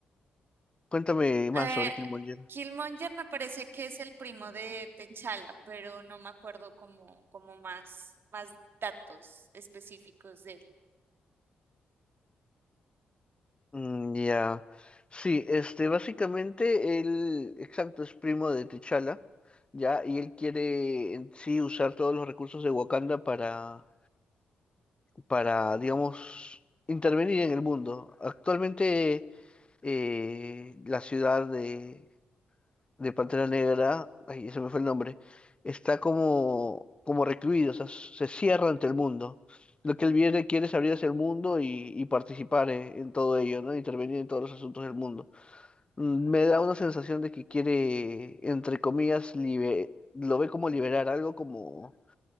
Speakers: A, on the left (about 25°); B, on the right (about 60°).
A: Cuéntame más
B: Eh,
A: sobre Killmonger.
B: Killmonger me parece que es el primo de T'Challa, pero no me acuerdo como, como más, más datos específicos de él.
A: Mm, ya. Sí, este, básicamente él, exacto, es primo de T'Challa, ya, y él quiere en sí usar todos los recursos de Wakanda para, para, digamos, intervenir en el mundo. Actualmente eh, la ciudad de, de Pantera Negra, ay, se me fue el nombre, está como, como recluido, o sea, se cierra ante el mundo. Lo que él viene- quiere es abrir hacia el mundo y, y participar en, en todo ello, ¿no? Intervenir en todos los asuntos del mundo mm, me da una sensación de que quiere, entre comillas, libe- lo ve como liberar, algo como,